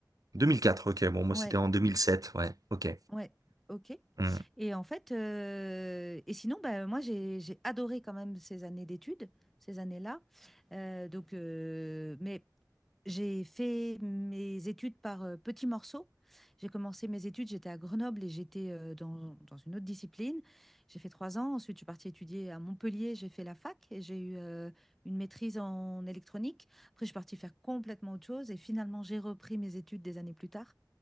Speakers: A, on the right; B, in the centre.
A: 2004, ok. Bon, moi,
B: Ouais,
A: c'était en 2007, ouais, ok.
B: ouais, ok.
A: Hmm.
B: Et en fait, euh, et sinon, bah, moi, j'ai, j'ai adoré quand même ces années d'études, ces années-là. Euh, donc, euh, mais j'ai fait mes études par euh, petits morceaux. J'ai commencé mes études, j'étais à Grenoble et j'étais euh, dans, dans une autre discipline. J'ai fait trois ans, ensuite je suis partie étudier à Montpellier, j'ai fait la fac et j'ai eu euh, une maîtrise en électronique. Après, je suis partie faire complètement autre chose et finalement j'ai repris mes études des années plus tard,